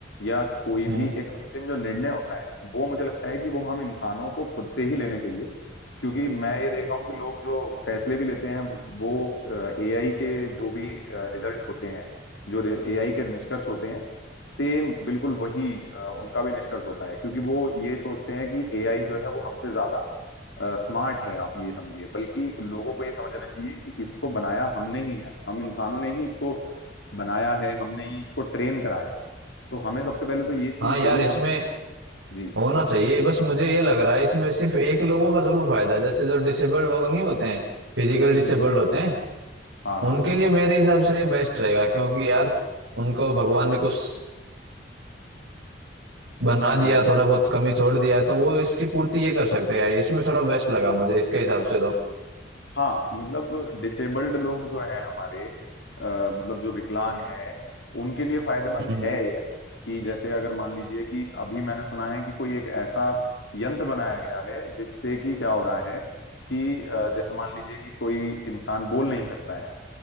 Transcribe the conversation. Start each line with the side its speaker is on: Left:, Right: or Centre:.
Left: या कोई
Right: हम्म
Left: भी एक अंतिम जो निर्णय होता है वो मुझे लगता है कि वो हम इंसानों को खुद से ही लेने चाहिए क्योंकि मैं ये देख रहा हूँ कि लोग जो फैसले भी लेते हैं वो एआई के जो भी रिजल्ट होते हैं जो एआई के निष्कर्ष होते हैं सेम बिल्कुल वही अ, उनका भी निष्कर्ष होता है क्योंकि वो ये सोचते हैं कि एआई जो है वो हमसे ज्यादा स्मार्ट है आप ये समझिए बल्कि लोगों को ये समझना चाहिए कि इसको बनाया हमने ही है हम इंसानों ने ही इसको बनाया है हमने ही इसको ट्रेन करा है तो हमें सबसे पहले तो ये चीज
Right: हाँ यार
Left: जरूर
Right: इसमें
Left: समझनी है जी
Right: होना चाहिए बस मुझे ये लग रहा है इसमें सिर्फ एक लोगों का जरूर फायदा है जैसे जो डिसेबल्ड लोग नहीं होते हैं फिजिकल डिसेबल्ड
Left: हम्म हम्म
Right: होते हैं
Left: हाँ हाँ
Right: उनके लिए मेरे हिसाब से बेस्ट रहेगा क्योंकि यार उनको भगवान ने कुछ बना
Left: हम्म
Right: दिया
Left: हम्म
Right: थोड़ा
Left: हम्म।
Right: बहुत कमी छोड़ दिया है, तो वो इसकी पूर्ति ये कर सकते हैं यार इसमें थोड़ा बेस्ट लगा मुझे इसके हिसाब से तो
Left: हाँ मतलब डिसेबल्ड लोग जो हैं हमारे अ, मतलब जो विकलांग हैं उनके लिए फायदेमंद
Right: हम्म
Left: है ये कि जैसे अगर मान लीजिए कि अभी मैंने सुना है कि कोई एक ऐसा यंत्र बनाया गया है जिससे कि क्या हो रहा है कि अ, जैसे मान लीजिए कि कोई इंसान बोल नहीं सकता है